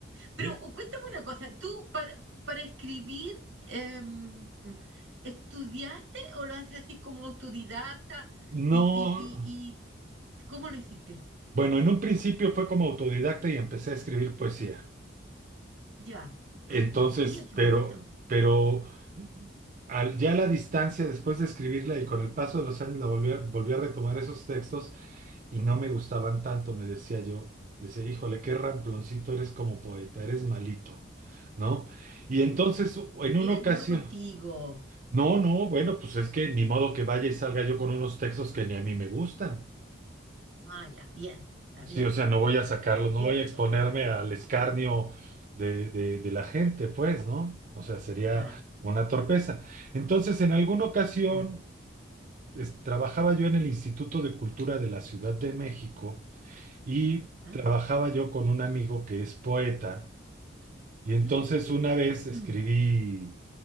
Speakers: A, on the right; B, on the right.
A: Pero
B: Eh,
A: o cuéntame una cosa, ¿tú para, para escribir em, estudiaste o lo haces así como autodidacta?
B: no,
A: ¿Y, y, y, y cómo lo hiciste?
B: bueno, en un principio fue como autodidacta y empecé a escribir poesía.
A: Ya.
B: Entonces,
A: Ay, poesía, qué
B: pero,
A: bonito.
B: pero al- ya a la distancia, después de escribirla y con el paso de los años, la volví a, volví a retomar esos textos y no me gustaban tanto, me decía yo. Decía, híjole, qué ramploncito eres como poeta, eres malito, ¿no? Y entonces,
A: Oh,
B: en
A: eres
B: una ocasión,
A: duro contigo.
B: no, no, bueno, pues es que ni modo que vaya y salga yo con unos textos que ni a mí me gustan.
A: Ah, ya, bien, está
B: Sí,
A: bien,
B: o sea, no voy a sacarlos, no
A: cierto.
B: voy a exponerme al escarnio de, de, de la gente, pues, ¿no? O sea, sería
A: Ya,
B: una torpeza. Entonces, en alguna ocasión,
A: ya,
B: es- trabajaba yo en el Instituto de Cultura de la Ciudad de México y
A: ya.
B: trabajaba yo con un amigo que es poeta. Y entonces
A: Mm,
B: una vez escribí
A: mm,